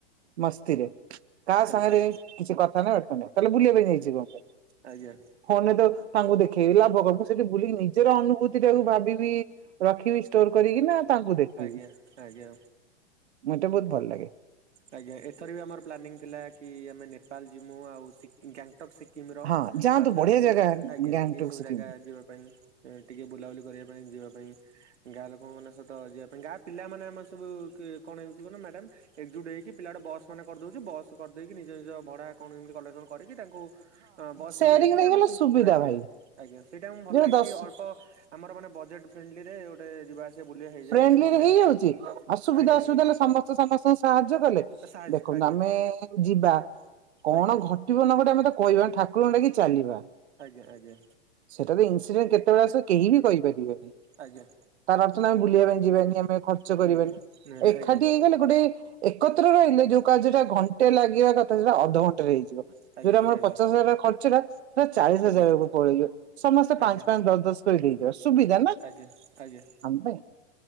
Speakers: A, on the right (about 65°); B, on the right (about 85°).
A: ମସ୍ତିରେ। କାହା ସାଙ୍ଗରେ
B: ଆଜ୍ଞା
A: କିଛି କଥା ନାହିଁ ବାର୍ତ୍ତା ନାହିଁ ତାଲେ ବୁଲିବା ପାଇଁ ନେଇଯି ମତେ।
B: ଆଜ୍ଞା ଆଜ୍ଞା
A: ଫୋନେ ତ ତାଙ୍କୁ ଦେଖି ଲାଭ କ ମୁଁ ସେଠି ବୁଲିନି। ଜର ଅନୁଭୂତିଟାକୁ ଭାବିବି ରଖିବି ଷ୍ଟୋର୍ କରିକି ନା ତାଙ୍କୁ ଦେଖିବି?
B: ଆଜ୍ଞା ଆଜ୍ଞା।
A: ମତେ ଭୋଉତ୍ ଭଲ୍ ଲାଗେ।
B: ଆଜ୍ଞା ଏଥର ବି ଆମର ପ୍ଲାନିଂ ଥିଲା କି ଆମେ ନେପାଳ ଯିମୁ ଆଉ ସିକିମ୍ ଗ୍ୟାଂ ଟକ୍ ସିକିମର
A: ହଁ ଯାଆନ୍ତୁ
B: ଆଉ ଦାର୍ଜିଲିଂ
A: ବଢିଆ ଜାଗା
B: ଆଜ୍ଞା
A: ଗ୍ୟାଙ୍ଗଟକ
B: ଏଇ ସବୁ
A: ସିକିମ
B: ଜାଗା ଯିବା ପାଇଁ। ଏ ଟିକେ ବୁଲାବୁଲି କରିବା ପାଇଁ ଯିବା ପାଇଁ। ଗାଁ ଲୋକଙ୍କ ମାନ ସହିତ ଯିବା ପାଇଁ ଗାଁ ପିଲାମାନେ ଆମର ସବୁ କି କଣ ହେଉଚି କୁହନା ମ୍ୟାଡାମ୍ ଏକକ୍ଜୁଟ୍ ହୋଇକି ପିଲାଟେ ବସ୍ ମାନ କରିଦଉଛି ବସ୍ କରିଦେଇକି ନିଜ ନିଜ ଭଡ଼ା ଆକାଉଣ୍ଟ ଯେମିତି କଲେକ୍ସନ୍ କରିକି ତାଙ୍କୁ ହଁ ବସ୍
A: ସେୟାରିଂ
B: ପଇସା ଦେଇ ଦେଇ
A: ହେଇଗଲେ
B: କି ଆମେ ସେମତି
A: ସୁବିଧା
B: ଆଜ୍ଞା।
A: ଭାଇ
B: ଆଜ୍ଞା ସେଇଟା ମୁଁ ଭଲ
A: ଯୋଉ
B: ଲାଗେ
A: ଦଶ
B: କି ଅଳ୍ପ ଆମର ମାନେ ବଜେଟ ଫ୍ରେଣ୍ଡଲି ରେ ଗୋଟେ ଯିବା। ଆସିବା ବୁଲିବା ହେଇଯାଏ
A: ଫ୍ରେଣ୍ଡଲି
B: ଭଲ
A: ରେ
B: ଲାଗେ
A: ହେଇଯାଉଛି ଅସୁବିଧା
B: ଆଜ୍ଞା
A: ଅସୁବିଧା ହେଲେ ସମ ସମସ୍ତଙ୍କୁ ସାହାଯ୍ୟ କଲେ,
B: ସାହାଯ୍ୟ
A: ଦେଖନ୍ତୁ
B: ଆଜ୍ଞା
A: ଆମେ ଯିବା କଣ
B: ଆଜ୍ଞା।
A: ଘ ଘଟିବ ନଘଟିବ ଆମେ ତ କହିବା ଠାକୁରଙ୍କୁ ଡାକି ଚାଲିବା।
B: ଆଜ୍ଞା ଆଜ୍ଞା
A: ସେଟା ତ ଇନସିଡେଣ୍ଟ କେତେବେଳେ ଆସିବ କେହି ବି କହିପାରିବେନି
B: ଆଜ୍ଞା
A: ତାର ଆମେ ବୁଲିବା ପାଇଁ ଯିବାନି ଆମେ ଖର୍ଚ୍ଚ
B: ହୁଁ
A: କରିବାନି,
B: ହୁଁ ନିହାତି
A: ଏକାଠି
B: ଆଜ୍ଞା
A: ହେଇଗଲେ ଗୋଟେ ଏକତ୍ର ରହିଲେ ଯୋଉ କର୍ଯ୍ୟଟା ଘଣ୍ଟେ ଲାଗିବା କଥା ସେଟା ଅଧଘଣ୍ଟାରେ ହେଇଯିବ।
B: ଆଜ୍ଞା
A: ଯୋଉଟା ଆମର
B: ଆଜ୍ଞା
A: ପଚାଶ ହଜାର ଖର୍ଚ୍ଚ ଟା ସେଟା ଚାଳିଶ ହଜାରକୁ
B: ଆଜ୍ଞା
A: ପଳେଇଲେ। ସମସ୍ତେ
B: ଆଜ୍ଞା
A: ପାଞ୍ଚ ପାଞ୍ଚ ଦଶ ଦଶ କରି ଦେଇଦବା ସୁବିଧା ନା।
B: ଆଜ୍ଞା ଆଜ୍ଞା।
A: ଆମ ନାହିଁ,